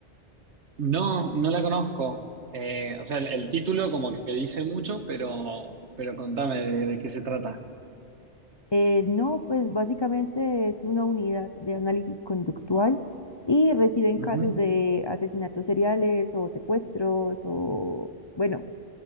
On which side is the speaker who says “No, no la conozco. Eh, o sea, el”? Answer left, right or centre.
Right